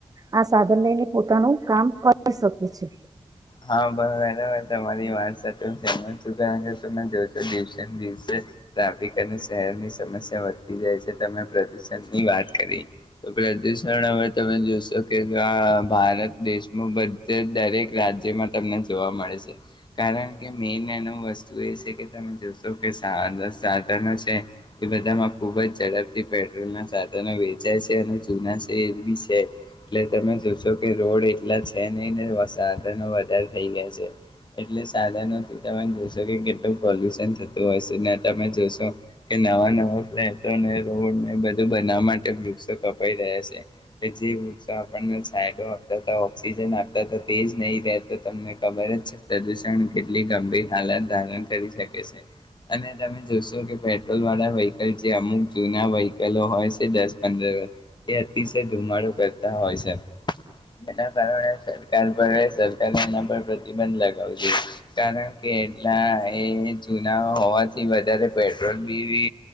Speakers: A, on the right; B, on the left.
A: આ સાધન લઈને પોતાનું કામ કરી શકે છે
B: હા બરાબર તમારી વાત સાથે સહમત છું <unintelligible> તમે જોશો, દિવસે ને દિવસે ટ્રાફિક અને શહેરની સમસ્યા વધતી જાય છે, તમે પ્રદુષણ ની વાત કરી, તો પ્રદુષણ હવે તમે જોશો કે, ભારત દેશમાં, બધેજ દરેક રાજ્ય જેમાં તમને જોવા મળે છે, કારણ કે મેન એનું વસ્તુ એ છે કે, તમે જોશો કે, સા સાધનો છે, એ બધામાં ખૂબ જ ઝડપથી પેટ્રોલના સાધનો વેચાય છે, અને જૂના છે, એ બી છે, એટલે તમે જોશો કે, રોડ એટલા છે નહીં ને વધારે થઈ ગયા છે એટલે સાધનોથી, તમે જોશો કે કેટલું પોલ્યુશન થતું હશે ને, તમે જોશો કે, નવા નવા ફ્લેટો, ને રોડને બધું બનાવવા માટે વૃક્ષો કપાઈ રહ્યા છે, જે વૃક્ષો આપણને છાયડો આપતા, ઓક્સિજન આપતા હતા, તેજ નહીં રહે, તો તમને ખબર જ, પ્રદુષણ કેટલી ગંભીર હાલત ધારણ કરી શકે છે. અને તમે જોશો કે, પેટ્રોલ વાળા વ્હીકલ, જે અમુક જૂના વહીકલો હોય છે, દસ પંદર વર્ષ, એ અતિશય ધુમાડો કરતા હોય છે એના કારણે સરકાર <unintelligible> સરકારે એના પર પ્રતિબંધ લગાવું જોઈએ, કારણ કે એટલા એ જુના હોવાથી વધારે પેટ્રોલ બી